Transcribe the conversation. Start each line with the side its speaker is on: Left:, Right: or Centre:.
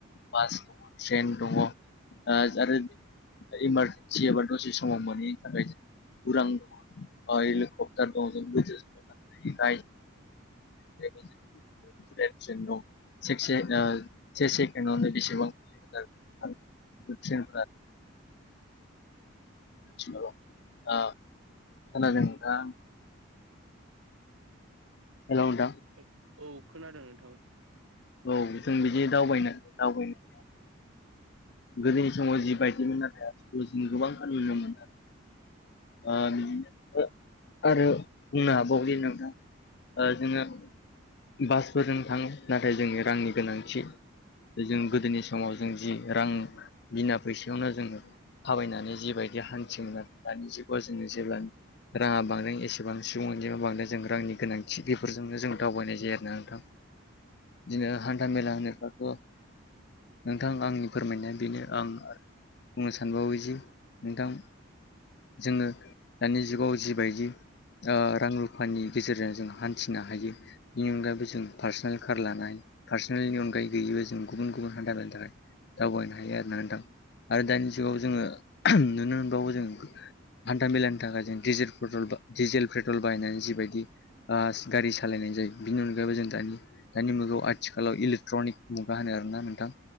Left: बास दङ ट्रेन दङ ओ आरो इमारजेनसि एबा दसे सम समाव मोनैनि थाखाय उरां अ हेलिकप्टार दं <unintelligible> <unintelligible> <unintelligible> न सेकसे ओ से सेकेण्डावनो बेसेबां किल' मिटार खारो। <unintelligible> खोनादों नोंथाङा। हेलौ नोंथां।
Right: <unintelligible> औ खोनादों नोंथां।
Left: औ जों बिदि दावबायनो दावबायनो गोदोनि समाव जिबायदिमोन नाथाय आथिखालाव गोबां फालिनाय नुनो मोनो आरो। ओ बिदिनो ओ आरो बुंनो हाबावोदि नोंथां ओ जोङो बासफोरजों थाङो नाथाय जोंनो रांनि गोनांथि। जों गोदोनि समाव जों जि रां बिना फैसायावनो जोङो थाबायनानै जिबायदि हान्थियोमोन दानि जुगाव जोङो जेब्ला राङा बांदों एसेबांनो सुबुं अनजिमाया बांदों जों रांनि गोनांथि बेफोरजोंनो जों दावबायनाय जायो आरो ना नोंथां।
Right: <inaudible>
Left: बिदिनो हान्था मेला होनोबाथ' नोंथां आंनि फोरमायनाया बेनो आं बुंनो सानबावोजि नोंथां जोङो दानि जुगाव जिबायदि ओ रां रुफानि गेजेरजों जों हान्थिनो हायो बेनि अनगायैबो जों पार्सनेल कार लानाय, पार्सनेलनि अनगायै गैयैबो जों गुबुन गुबुन हान्था मेलानि थाखाय दावबायनो हायो आरो ना नोंथां आरो दानि जुगाव जोङो नुनो मोनबावो जों हान्था मेलानि थाखाय जों डिजेल पेट्रल डिजेल पेट्रल बाहायनानै जिबायदि ओ गारि सालायनाय जायो बिनि अनगायैबो जों दानि दानि मुगायाव आथिखालाव इलेकट्रनिक मुगा होनो आरोना नोंथां।